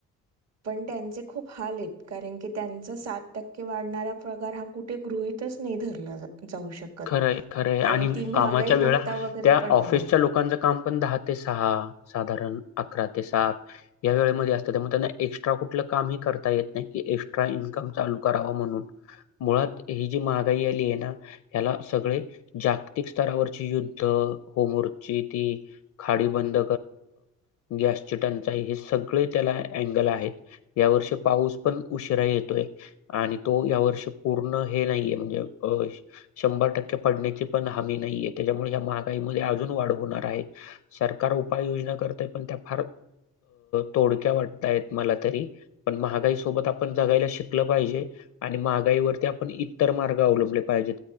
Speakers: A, on the right; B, on the left.
A: पण त्यांचे खूप हाल आहेत कारण की त्यांचा सात टक्के वाढणारा पगार हा कुठे ग गृहीतच नाही धरला जाऊ शकत
B: खरंय, खरंय
A: आणि ती महागाई
B: कामाच्या वेळा
A: वगैरे
B: त्या
A: पण
B: ऑफिसच्या
A: नाही
B: लोकांच काम पण दहा ते सहा साधारण अकरा ते सात या वेळेमध्ये असतात त्यामुळे त्यांना एक्स्ट्रा कुठलं कामही करता येत नाही, की एक्स्ट्रा इन्कम चालू करा म्हणून मुळात ही जी महागाई आली आहे ना! ह्याला सगळे जागतिक स्तरावरची युद्ध, होमरची ती, खाडी बंद, गैसची टंचाई हे सगळे त्याला अँगल आहेत यावर्षी पाऊस. पण उशिरा येतोय आणि तो या वर्ष पूर्ण हे नाहीये म्हणजे अ शंभर टक्के पडण्याची पण हमी नाहीये त्याच्यामुळे या महागाईमध्ये अजून वाढ होणार आहे. सरकार <unintelligible> कर पण त्या फ तोड्या वाटय मला तरी पण महागाई खूप सोबत आपण जगायला शिकल पाहिजे आणि महागाईवरती आपण इतर मार्ग अवलंबले पाहिजेत.